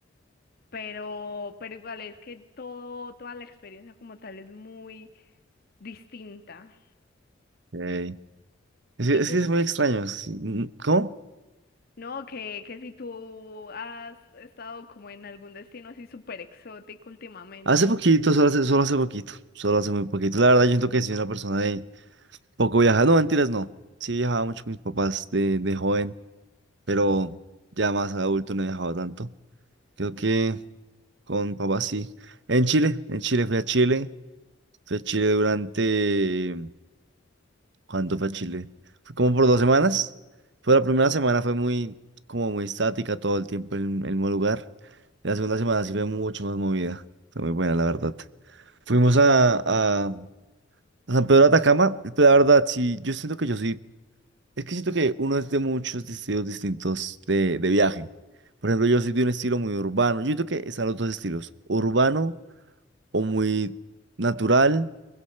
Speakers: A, on the left; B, on the right.
A: pero, pero igual es que todo, toda la experiencia como tal es muy distinta.
B: ok. Es, que
A: ¿Y
B: es
A: tú?
B: que es muy extraño. sí, mm, ¿Cómo?
A: No, que, que si tú has estado como en algún destino así súper exótico últimamente.
B: Hace poquito, solo hace, solo hace poquito, solo hace muy poquito. La verdad, yo siento que sí soy una persona de poco viajada. No, mentiras, no. Sí viajaba mucho con mis papás de, de joven. pero ya más adulto no he viajado tanto. Creo que con papá sí. En Chile, en Chile fui a Chile, fui a Chile durante... ¿Cuánto fue a Chile? Fue como por dos semanas. Fue la primera semana, fue muy, como muy estática todo el tiempo en el mismo lugar. La segunda semana sí fue mucho más movida. Fue muy buena, la verdad. Fuimos a, a a San Pedro de Atacama, la verdad, sí, yo siento que yo sí. Es que siento que uno es de muchos estilos distintos de, de viaje. Por ejemplo, yo soy de un estilo muy urbano. Yo siento que están los dos estilos, urbano o muy natural